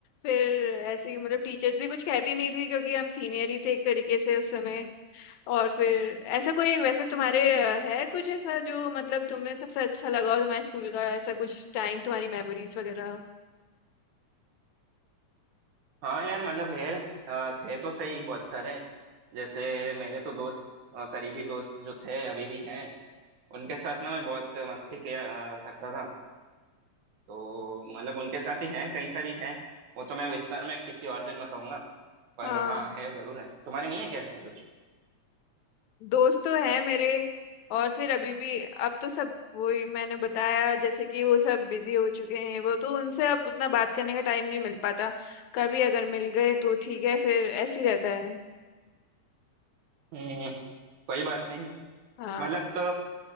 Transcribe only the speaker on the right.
हाँ यार मतलब है अ, थे तो सही बहुत सारे जैसे मेरे तो दोस्त अ, करीबी दोस्त जो थे अभी भी हैं उनके साथ ना मैं बहुत मस्ती किया अ, करता था तो मतलब उनके साथ ही हैं कई सारी हैं वो तो मैं विस्तार में किसी और दिन बताऊंगा पर
हाँ है जरूर है तुम्हारे नहीं है क्या ऐसा कुछ
हम्म कोई बात नहीं
मतलब तो